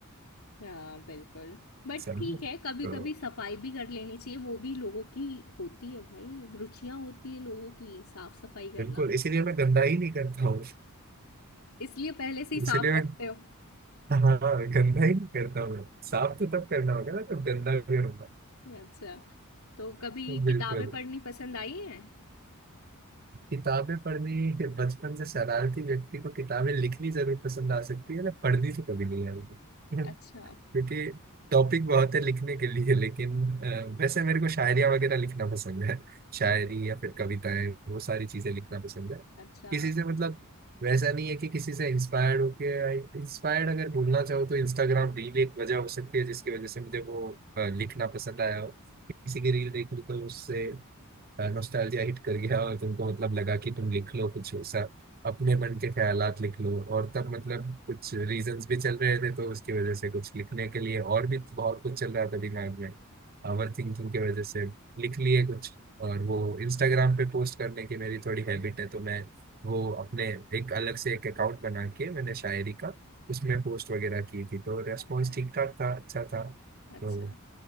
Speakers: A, on the left; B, on the right.
A: हाँ बिल्कुल बट
B: समझे
A: ठीक है कभी
B: तो
A: कभी सफाई भी कर लेनी चाहिए वो भी लोगों की होती है भाई रुचियां होती है लोगों की साफ सफाई करना
B: बिल्कुल इसीलिए मैं गंदा ही नहीं करता हूँ
A: इसलिए पहले से ही
B: <laughs>
A: साफ
B: इसीलिए
A: रखते
B: मैं
A: हो
B: हाँ गंदा ही नहीं करता हूँ साफ तो तब करना होगा ना तब गंदा करूंगा
A: अच्छा तो कभी
B: <laughs>
A: किताबें
B: बिल्कुल
A: पढ़नी पसंद आई हैं
B: किताबें पढ़नी बचपन से शरारती व्यक्ति को किताबें लिखनी जरूर पसंद आ सकती है ना पढ़नी तो कभी नहीं आएगी
A: अच्छा
B: क्योंकि टॉपिक बहुत है लिखने के लिए लेकिन अ, वैसे मेरे को शायरिया वगैरह लिखना पसंद है शायरी या फिर कविताएं वो सारी चीजें लिखना पसंद है
A: अच्छा
B: किसी से मतलब वैसा नहीं है कि किसी से इंस्पायर्ड होके इंस्पायर्ड अगर बोलना चाहो तो इंस्टाग्राम रील एक वजह हो सकती है जिसकी वजह से मुझे वो अ, लिखना पसंद आया हो किसी की रील देख ली तो उससे नोस्टैल्जिया हिट कर गया और तुमको मतलब लगा कि तुम लिख लो कुछ सा अपने मन के ख्यालात लिख लो और तब मतलब कुछ रीजंस भी चल रहे थे तो उसकी वजह से कुछ लिखने के लिए और भी बहुत कुछ चल रहा था दिमाग में ओवर थिंकिंग की वजह से लिख लिए कुछ और वो इंस्टाग्राम पे पोस्ट करने की मेरी थोड़ी हैबिट है तो मैं वो अपने एक अलग से एक अकाउंट बना के मैंने शायरी का उसमें पोस्ट वगैरह की थी तो रेस्पॉन्स
A: अच्छा
B: ठीक ठाक था अच्छा था तो
A: अच्छा